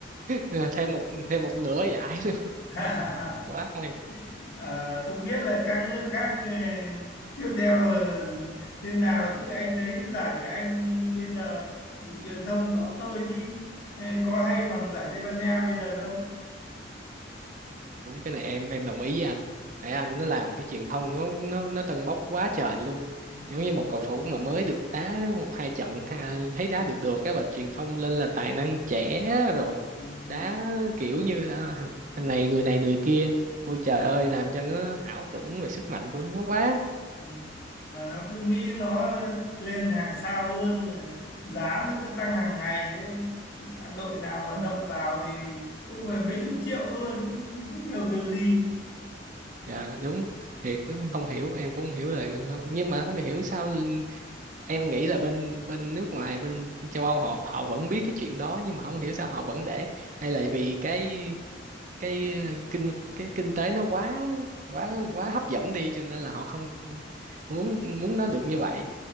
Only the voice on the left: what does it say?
<laughs>
Ờ, không biết là các nước khác ờ, tiếp theo ờ, thế nào chứ anh thấy giải Anh bây giờ chỉ truyền thông tốt thôi chứ ờ, có hay bằng giải Tây Ban Nha bây giờ đâu
ừ.
Ừ.
ừ.
Ừ. mà nó cứ nghĩ nó lên hàng sao luôn mà giá nó cứ tăng hàng ngày ấy. đội nào mà
động vào thì cũng phải mấy chục triệu luôn cũng hiểu kiểu gì